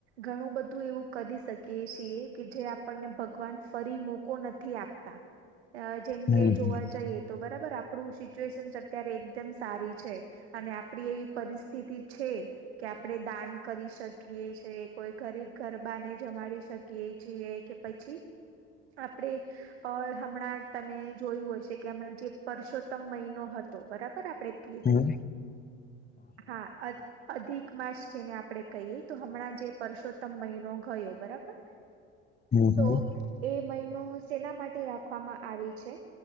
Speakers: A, on the right (about 80°); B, on the left (about 30°).
A: ઘણું બધું એવું કદી શકીએ છીએ કે જે આપણને ભગવાન ફરી મોકો નથી આપતા અ જેમ
B: હમ
A: કે જોવા જઈએ તો બરાબ બર આપડુ સિચ્યુએશન અત્યારે એકદમ સારી છે અને આપડી એવી પરિસ્થિતિ છે, કે આપડે દાન કરી શકીએ છે, કોઈ ગરીબ ગરબાને જમાડી શકીએ છીએ કે પછી આપડે અ હમણાં તમે જોયું હોય છે કે અ જે પરસોત્તમ મહિનો હતો બરાબ બર આપડે કીધું
B: હમ
A: હા અત અધિક માસ જેને આપડે કહીએ તો હમણાં જે પરસોત્તમ મહિનો ગયો બરાબર
B: હમ
A: તો
B: હમ
A: એ મય. નું સેલા માટે રાખવામાં આવી છે